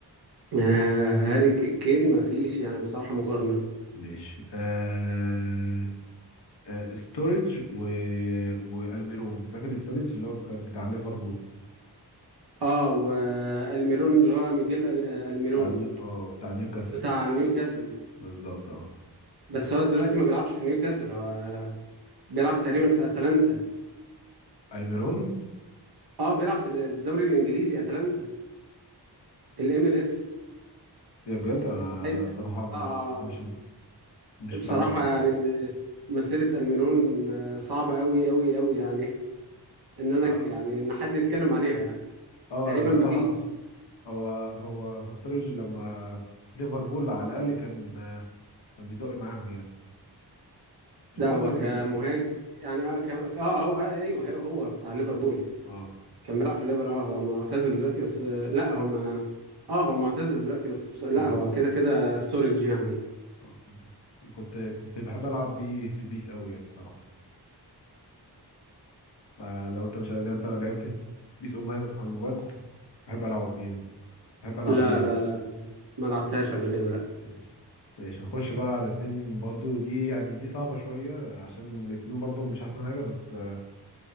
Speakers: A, on the right; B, on the left.
A: آه، هاري كين ما فيش يعني بصراحه مقارنه
B: ماشي آه... آه... ستورج و... والميرون فاكر ستورج اللي هو كان بتاع ليفربول
A: اه والميرون اللي هو ميجيل ال- آه، الميرون
B: بتاع نيو اه بتاع نيوكاسل
A: بتاع نيوكاسل
B: بالظبط اه
A: بس هو دلوقتي ما بيلعبش في نيوكاسل هو بيلعب تقريبا في اتلانتا
B: الميرون
A: اه بيلعب في الدوري الانجليزي اتلانتا الام ال اس
B: يا بجد انا
A: ايوه
B: الصراحه ما
A: اه
B: مش مش
A: آه، بصراحة
B: متابعه
A: يعني مسيرة الميرون آه، صعبة قوي قوي قوي يعني ان انا
B: اه
A: ك- يعني ان حد يتكلم عليها
B: آه،
A: تقريبا
B: الصراحه
A: ما فيش
B: هو هو هو ستورج لما في ليفربول على الاقل كان كان بيزق معاهم يعني مش
A: ده
B: ده برضو
A: هو
B: يعني
A: كمهاجم يعني اه, ك... اه هو آه ايوه هو, هو بتاع ليفربول
B: اه
A: كان بيلعب في الليفر اه هو معتزل دلوقتي بس آه لا هو ما اه هو معتزل دلوقتي بس بس لا
B: اه
A: هو كده كده ستورج يعني
B: آه. كنت كنت بحب العب بيه في بيس قوي يعني الصراحه فلو انت مش لو انت لعبت بيس اونلاين على الموبايل كنت بحب العب بيها بحب العب
A: لا
B: بيها
A: لا
B: اه
A: لا ما ما لعبتهاش قبل كده لا
B: ماشي ماشي نخش بقى على اتنين برضو دي يعني دي صعبة شوية عشان الاتنين برضو مش أحسن حاجة بس آه،